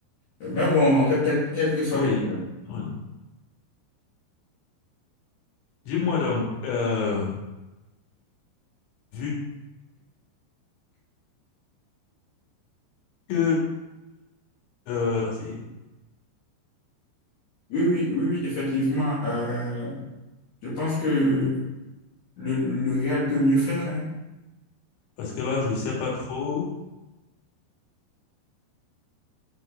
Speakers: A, on the left; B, on the left.
A: Mais bon, que- quel, quel que soit
B: Oui,
A: le cas.
B: oui. Dis-moi donc, euh, vu que euh, passé,
A: Oui, oui, oui, oui, effectivement. euh, je pense que le, le Real peut mieux faire. hein.
B: parce que là, je sais pas trop,